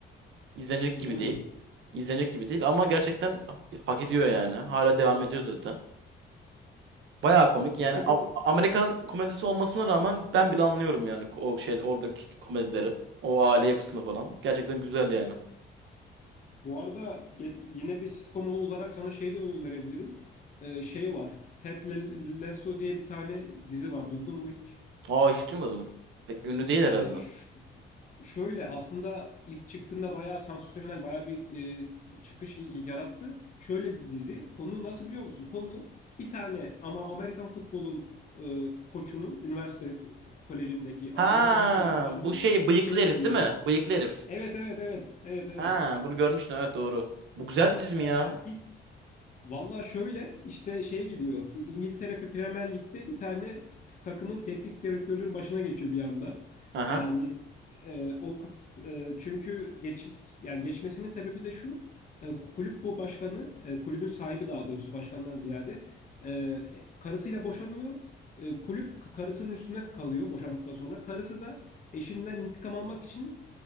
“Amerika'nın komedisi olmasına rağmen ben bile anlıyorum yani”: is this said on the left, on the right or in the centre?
Right